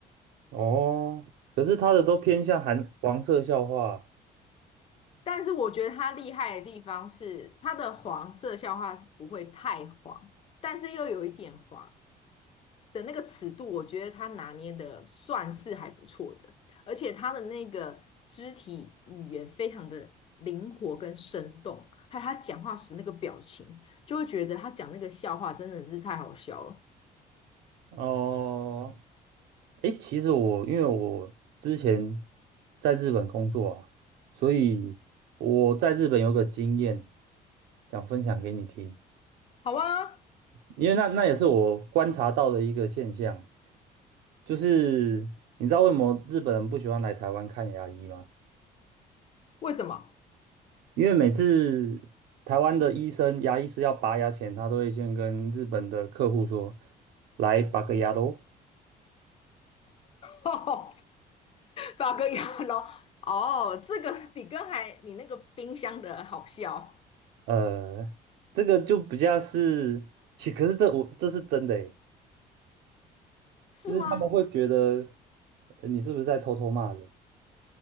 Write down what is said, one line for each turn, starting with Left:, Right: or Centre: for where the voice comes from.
Right: 哦，可是他的都偏向含黄色笑话。
Left: 但是我觉得他厉害的地方是，他的黄色笑话是不会太黄，但是又有一点黄的那个尺度，我觉得他拿捏的算是还不错的。而且他的那个肢体语言非常的灵活跟生动，还有他讲话时那个表情，就会觉得他讲那个笑话真的是太好笑了。
Right: 哦，诶，其实我因为我之前在日本工作啊，所以我在日本有个经验，想分享给你听。
Left: 好啊，
Right: 因为那那也是我观察到的一个现象，就是你知道为什么日本人不喜欢来台湾看牙医吗？
Left: 为什么？
Right: 因为每次台湾的医生、牙医是要拔牙前，他都会先跟日本的客户说：“来拔个牙喽。”
Left: <laughs> 哦，法国洋哦，这个比刚才你那个冰箱的好笑，
Right: 呃，这个就比较是，其可是这我这是真的诶，
Left: 是吗？
Right: 就是他们会觉得呃你是不是在偷偷骂人？